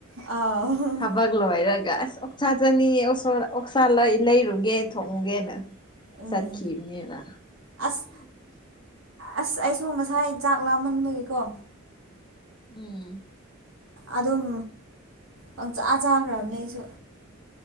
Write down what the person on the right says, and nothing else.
ꯑ
ꯎꯝ
ꯑꯁ ꯑꯁ ꯑꯩ ꯁꯨ ꯉꯁꯥꯏ ꯆꯥꯛ ꯂꯥꯝꯃꯟꯕꯒꯤꯀꯣ
ꯑꯗꯨꯝ ꯄꯪꯆꯥꯥ ꯆꯥꯈ꯭ꯔꯕꯅꯦ ꯑꯩꯁꯨ